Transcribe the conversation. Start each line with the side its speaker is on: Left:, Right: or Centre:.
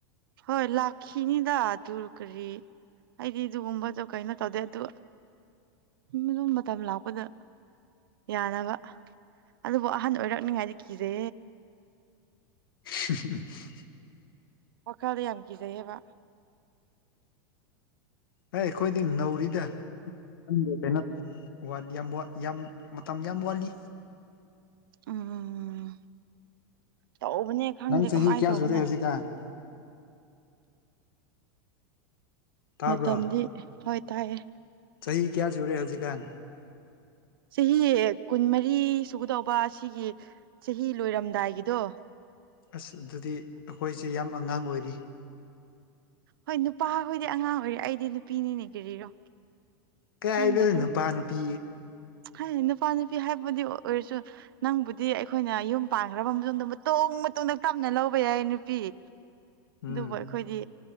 Right: ꯍꯣꯏ ꯂꯥꯛꯈꯤꯅꯤꯗ ꯑꯗꯨ ꯀꯔꯤ ꯑꯩꯗꯤ ꯑꯗꯨꯒꯨꯝꯕꯗꯣ ꯀꯩꯅꯣ ꯇꯧꯗꯦ ꯑꯗꯨ ꯑꯗꯨ ꯃꯇꯝ ꯂꯥꯛꯄꯗ ꯌꯥꯅꯕ ꯑꯗꯨꯕꯨ ꯑꯍꯟ ꯑꯣꯏꯔꯛꯅꯤꯉꯥꯏꯗꯤ ꯀꯤꯔꯦ
Left: ꯎ
Right: ꯋꯥꯈꯜꯗ ꯌꯥꯝ ꯀꯤꯖꯩꯑꯦꯕ
Left: ꯑꯦ ꯑꯩꯈꯣꯏꯗꯤ ꯅꯧꯔꯤꯗ ꯈꯪꯗꯦ ꯀꯩꯅꯣ ꯋꯥꯠꯂꯤ ꯌꯥꯝ ꯌꯥꯝ ꯃꯇꯝ ꯌꯥꯝ ꯋꯥꯠꯂꯤ
Right: ꯎꯝ ꯇꯧꯕꯅꯦ ꯈꯪꯗꯦ
Left: ꯅꯪ ꯆꯍꯤ
Right: ꯀꯃꯥꯏꯅ
Left: ꯀꯌꯥ
Right: ꯇꯧꯕꯅꯣ
Left: ꯁꯨꯔꯦ ꯍꯧꯖꯤꯛꯀꯥꯟ ꯇꯥꯕ꯭ꯔꯣ
Right: ꯃꯇꯝꯗꯤ ꯍꯣꯏ ꯇꯥꯏꯑꯦ
Left: ꯆꯍꯤ ꯀꯌꯥ ꯁꯨꯔꯦ ꯍꯧꯖꯤ ꯀꯥꯟ
Right: ꯆꯍꯤ ꯀꯨꯟꯃꯔꯤ ꯁꯨꯒꯗꯧꯕ ꯑꯁꯤꯒꯤ ꯆꯍꯤ ꯂꯣꯏꯔꯝꯗꯥꯏꯒꯤꯗꯣ
Left: ꯑꯁ ꯑꯗꯨꯗꯤ ꯑꯩꯈꯣꯏꯁꯦ ꯌꯥꯝ ꯑꯉꯥꯡ ꯑꯣꯏꯔꯤ
Right: ꯍꯣꯏ ꯅꯨꯄꯥꯈꯣꯏꯗꯤ ꯑꯉꯥꯡ ꯑꯣꯏꯔꯦ ꯑꯩꯗꯤ ꯅꯨꯄꯤꯅꯤꯅ ꯀꯔꯤꯔꯣ
Left: ꯀꯩ ꯍꯥꯏꯕꯅ
Right: ꯅꯪꯒꯗꯤ
Left: ꯅꯨꯄꯥ ꯅꯨꯄꯤ
Right: ꯍꯥꯏ ꯅꯨꯄꯥ ꯅꯨꯄꯤ ꯍꯥꯏꯕꯨꯗꯤ ꯑꯣꯏꯔꯁꯨ ꯅꯪꯕꯨꯗꯤ ꯑꯩꯈꯣꯏꯅ ꯌꯨꯝ ꯄꯥꯟꯈ꯭ꯔꯕ ꯃꯇꯨꯡꯗ ꯃꯇꯣꯡ ꯃꯇꯣꯡꯗ ꯇꯞꯅ ꯂꯧꯕ ꯌꯥꯏ ꯅꯨꯄꯤ
Left: ꯎꯝ
Right: ꯑꯗꯨꯕꯨ ꯑꯩꯈꯣꯏꯗꯤ